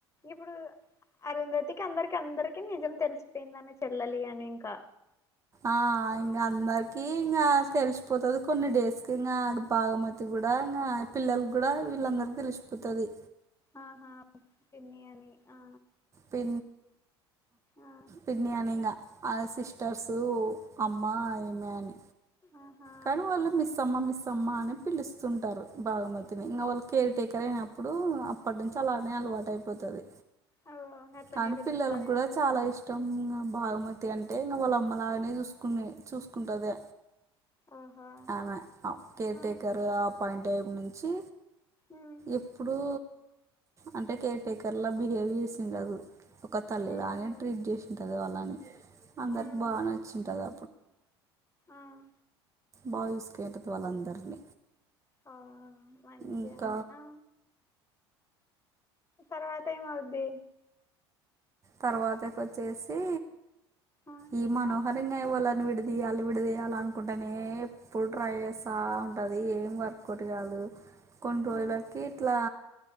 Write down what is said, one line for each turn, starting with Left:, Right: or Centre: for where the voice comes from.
Left: ఇప్పుడు అరుంధతికి అందరికి అందరికి నిజం తెలిసిపోయిందాన్న చెల్లలి అని ఇంకా
Right: ఆ ఇంకా అందరికి ఇంకా తెలిసిపోతుంది కొన్ని డేస్ కి ఇంకా బాగమతి కూడా కూడా ఇ పిల్లలు కూడా వీళ్ళందరిక తెలిసిపోతుది
Left: ఆహా కన్నియాని ఆ
Right: పి
Left: ఆ
Right: పని అనింగా సిస్టర్సు అమ్మ ఈమెే అని
Left: ఆహా
Right: కనీ వాళ్ళ మస్మ్మాస్ మ్మా అని పిలుస్తుంటారు బాగమతిని ఇంకా వాళ్ళ కేర్ టేకర్ అయినప్పుడు అప్పటి నుంచి అలానే వాటయిపోతుది
Left: ఓ ఇంగ అట్లనే
Right: కానీ
Left: పిలుస్తారేమో
Right: పిల్లల కూడా చాలా ఇష్టం బాగమతి అంటే ఇంకా వాళ్ళ అమ్మలాగానే చూసుకునే చూసుకుంటది
Left: ఆహా
Right: ఆమె ఆ కేర్టేకర్
Left: ఆ
Right: గా పని టైబ్ నుంచి
Left: ఉమ్
Right: ఎప్పుడూ అంటే కేర్ టేకర్ లా బిహేవ్ చేసింది అదు ఒక తల్లి
Left: ఉహు
Right: లానే ట్రీట్ చేసింటది వాళ్ళని అందరికి
Left: ఉమ్
Right: బాగా నచ్చింటదా
Left: ఆ
Right: బయూసుకేటతో వాళ్ళందరినీ
Left: ఆ మంచి
Right: ఇంకా
Left: ఆమె ఆ తర్వాత ఏమవుద్ది
Right: తర్వాతకి వచ్చేసి
Left: ఆ
Right: ఈమనో మరి వాళ్ళని విడిదీయాలి విడిదీయ్యాలి అనుకుంటేనే ఎప్పుడు ట్రై చేస్తా ఉంటది ఏం తక్వదిగాదు కొన్ని రోజులకి
Left: ఆ
Right: ఇట్లా